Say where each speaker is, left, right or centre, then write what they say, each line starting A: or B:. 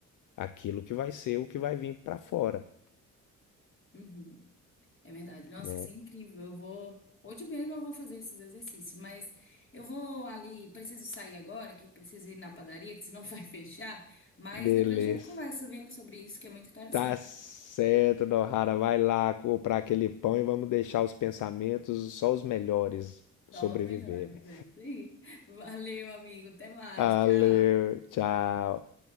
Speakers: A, on the left; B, on the left.
A: aquilo que vai ser o que vai vir para fora,
B: <laughs> Uhum. É verdade. Nossa,
A: né?
B: isso é incrível. Eu vou. Hoje mesmo eu vou fazer esses exercícios, mas eu vou ali. Preciso sair agora, que eu preciso ir na padaria, que senão <laughs> vai fechar. Mas
A: Beleza.
B: depois a gente conversa, viu, sobre isso, que é muito interessante.
A: Tá certo, Nohara, vai lá comprar aquele pão e vamos deixar os pensamentos só os melhores sobreviverem.
B: Só os melhores. É isso aí. Valeu, amigo. Até mais.
A: Valeu,
B: Tchau.
A: tchau.